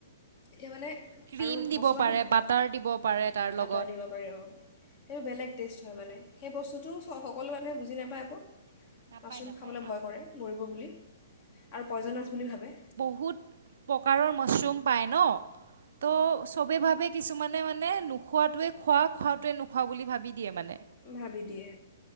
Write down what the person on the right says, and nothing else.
ক্ৰীম
দিব
পাৰে বাটাৰ দিব পাৰে তাৰ লগত
নাপায়
নাপায়
বহুত প্ৰকাৰৰ মাছৰুম পায় ন? ত সবেই ভাৱে কিছুমানে মানে খোৱাটোৱে খোৱা খোৱাটোৱে নোখোৱা বুলি ভাবি দিয়ে মানে